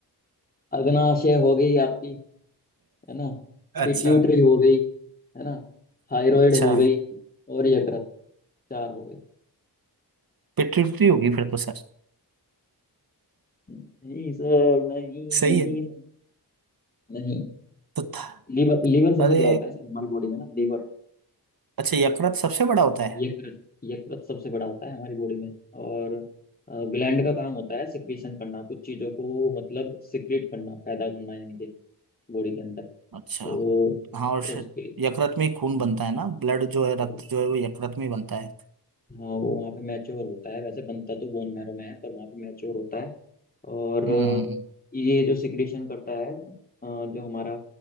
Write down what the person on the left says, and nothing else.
अग्नाशय हो गई आपकी है ना
पिट्यूटरी हो गई है ना थायराइड
हो गई और यकृत चार हो गई
नहीं सर नहीं नहीं
नहीं नहीं
लीवर लीवर सबसे
बड़ा होता है सर हमारी बॉडी में ना लीवर
यकृत यकृत सबसे बड़ा होता है हमारी बॉडी में और ग्लैंड का काम होता है सिक्रीशन करना कुछ चीज़ों को मतलब सिक्रीट करना पैदा करना यानी कि बॉडी के अंदर
तो
उसके
हाँ,
तो
हाँ वो वहाँ पे मैच्योर होता है वैसे बनता तो बोन मैरो में है पर वहाँ पे मैच्योर होता है और अ,
ये जो सिक्रीशन करता है अ, जो हमारा